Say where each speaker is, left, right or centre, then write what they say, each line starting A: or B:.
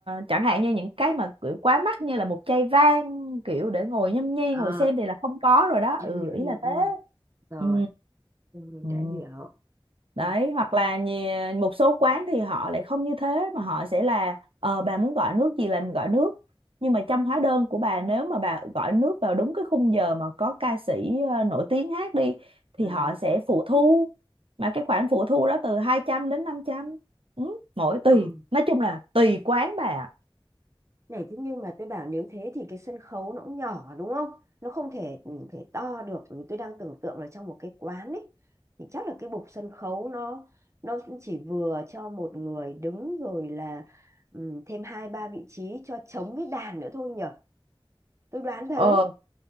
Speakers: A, on the right; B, on the right.
A: chẳng hạn như những cái mà kiểu quá mắc như là một chai vang kiểu để ngồi nhâm nhi
B: ờ
A: ngồi xem thì là không có rồi đó.
B: ừ,
A: Ừ ý
B: ừ,
A: là
B: ừ.
A: thế.
B: rồi
A: Ừ.
B: mình
A: Ừ.
B: đã hiểu
A: Đấy,
B: Ừ.
A: hoặc là nhì- một số quán thì họ lại không như thế mà họ sẽ là ờ bà muốn gọi nước gì là mình gọi nước, nhưng mà trong hóa đơn của bà nếu mà bà gọi nước vào đúng cái khung giờ mà có ca sĩ ờ, nổi tiếng hát đi thì
B: ừ.
A: họ sẽ phụ thu mà cái khoản phụ thu đó từ 200 đến 500 ừ, mỗi tùy
B: ừ.
A: nói chung là tùy quán bà ạ.
B: này thế nhưng mà tôi bảo nếu thế thì cái sân khấu nó cũng nhỏ đúng không nó không thể ừ, thể to được tôi đang tưởng tượng là trong một cái quán ấy thì chắc là cái bục sân khấu nó nó chỉ vừa cho một người đứng rồi là ừ, thêm hai ba vị trí cho trống với đàn nữa thôi nhở tôi đoán thế
A: ờ